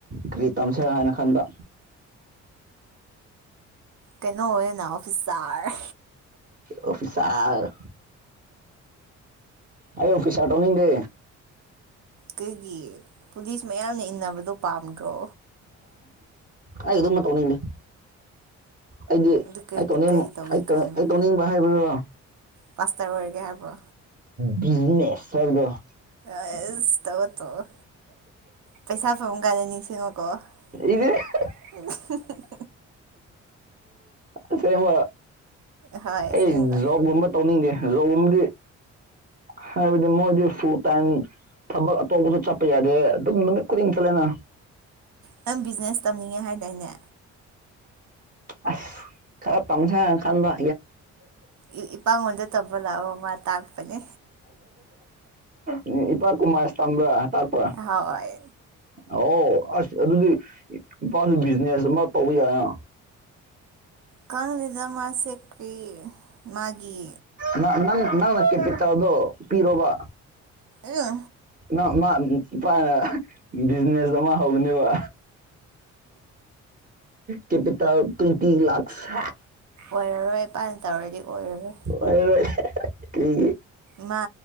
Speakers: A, on the right (about 30°); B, on the right (about 70°).
A: ꯀꯔꯤ ꯇꯝꯁꯦꯔꯥ ꯍꯥꯏꯅ ꯈꯟꯕ
B: ꯀꯩꯅꯣ ꯑꯣꯏꯌꯣꯅ ꯑꯣꯐꯤꯁꯥꯔ
A: ꯑꯣꯐꯤꯁꯥꯔ ꯑꯩ ꯑꯣꯐꯤꯁꯥꯔ ꯇꯧꯅꯤꯡꯗꯦ
B: ꯀꯩꯒꯤ ꯄꯨꯂꯤꯁ ꯃꯌꯥꯝꯅ ꯏꯟꯅꯕꯗꯣ ꯄꯥꯝꯗ꯭ꯔꯣ
A: ꯑꯩ ꯑꯗꯨꯝꯕ ꯇꯧꯅꯤꯡꯗꯦ ꯑꯩꯗꯤ
B: ꯑꯗꯨ ꯀꯩ
A: ꯑꯩ ꯇꯧꯅꯤꯡ
B: ꯀꯩ ꯇꯧꯒꯦ
A: ꯑꯩ ꯇ
B: ꯈꯟꯕ
A: ꯑꯩ ꯇꯧꯅꯤꯡꯕ ꯍꯥꯏꯕꯗꯣ
B: ꯄꯥꯁꯇꯔ ꯑꯣꯏꯔꯒꯦ ꯍꯥꯏꯕ꯭ꯔꯣ
A: ꯕꯤꯖꯤꯅꯦꯁ ꯍꯥꯏꯕꯗꯣ
B: ꯑꯁ ꯇꯧꯑꯣ ꯇꯧꯑꯣ ꯄꯩꯁꯥ ꯐꯪꯕ ꯀꯥꯟꯗ ꯅꯤꯡꯁꯤꯡꯉꯛ ꯑꯣꯀꯣ
A: <inaudible>
B: <inaudible>
A: ꯑꯁꯦꯡꯕ
B: ꯍꯣꯏ
A: ꯑꯩ
B: ꯑꯁꯦꯡꯕ
A: ꯖꯣꯕꯒꯨꯝꯕ ꯇꯧꯅꯤꯡꯗꯦ ꯖꯣꯕꯒꯨꯝꯕꯗꯤ ꯍꯥꯏꯕꯗꯤ ꯃꯣꯏꯗꯤ ꯐꯨꯜ ꯇꯥꯏꯝ ꯊꯕꯛ ꯑꯇꯣꯞꯄꯁꯨ ꯆꯠꯄ ꯌꯥꯗꯦ ꯑꯗꯨꯝ ꯅꯨꯃꯤꯠ ꯈꯨꯗꯤꯡ ꯆꯠꯂꯦꯅ
B: ꯅꯪ ꯕꯤꯖꯤꯅꯦꯁ ꯇꯝꯅꯤꯡꯉꯦ ꯍꯥꯏꯗꯥꯏꯅꯦ
A: ꯑꯁ ꯈꯔ ꯇꯝꯁꯤꯔ ꯍꯥꯏꯅ ꯈꯟꯕ
B: ꯏ ꯏꯄꯥꯉꯣꯟꯗ ꯇꯝꯕ ꯂꯥꯛꯑꯣ ꯃꯥ ꯇꯥꯛꯄꯅꯤ
A: ꯏ ꯏꯄꯥ ꯀꯨꯝꯃꯁ ꯇꯝꯕ꯭ꯔꯥ ꯇꯥꯛꯄ꯭ꯔꯥ
B: ꯍꯣꯏ
A: ꯑꯣ ꯑꯁ ꯑꯗꯨꯗꯤ ꯏꯄꯥꯁꯨ ꯕꯤꯖꯤꯅꯦꯁ ꯑꯃ ꯇꯧꯕ ꯌꯥꯏꯅ
B: ꯈꯪꯗꯦꯗꯥ ꯃꯥꯁꯤ ꯀꯔꯤ ꯃꯥꯒꯤ
A: ꯅꯪ ꯅꯪꯅ ꯅꯪꯅ ꯀꯦꯄꯤꯇꯦꯜꯗꯣ ꯄꯤꯔꯣꯕ
B: ꯑꯦ
A: ꯅꯪ ꯃꯥ ꯏꯄꯥꯅ ꯕꯤꯖꯤꯅꯦꯁ ꯑꯃ ꯍꯧꯒꯅꯤꯕ ꯀꯦꯄꯤꯇꯜ ꯇꯤ ꯂꯥꯛꯁ
B: ꯑꯣꯏꯔꯔꯣꯏ ꯏꯄꯥꯅ ꯇꯧꯔꯗꯤ ꯑꯣꯏꯔꯔꯣꯏ
A: ꯑꯣꯏꯔꯣꯏ ꯀꯔꯤꯒꯤ
B: ꯃꯥ